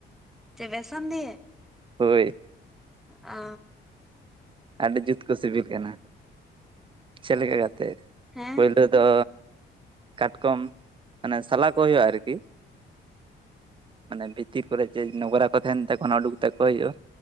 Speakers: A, in the centre; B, on the right.
A: ᱪᱮᱫ ᱵᱮᱥᱚᱱ ᱫᱤᱭᱮ?
B: ᱦᱳᱭ ᱾
A: ᱚ ᱾
B: ᱟᱹᱰᱤ ᱡᱩᱛ ᱠᱚ ᱥᱤᱵᱤᱞ ᱠᱟᱱᱟ, ᱪᱮᱫ ᱞᱮᱠᱟ ᱠᱟᱛᱮᱜ
A: ᱦᱮᱸ
B: ᱯᱳᱭᱞᱳᱼᱼ ᱫᱚ, ᱠᱟᱴᱠᱚᱢ ᱢᱟᱱᱮ ᱥᱟᱞᱟ ᱠᱚ ᱦᱩᱭᱩᱜᱼᱟ ᱟᱨᱠᱤ ᱾ ᱢᱟᱱᱮ ᱵᱷᱤᱛᱤᱨ ᱠᱚᱨᱮ ᱡᱮ ᱱᱚᱝᱨᱟ ᱠᱚ ᱛᱟᱸᱦᱮᱱ ᱛᱚᱠᱷᱚᱱ ᱩᱰᱩᱠ ᱛᱟᱠᱚ ᱦᱩᱭᱩᱜᱼᱟ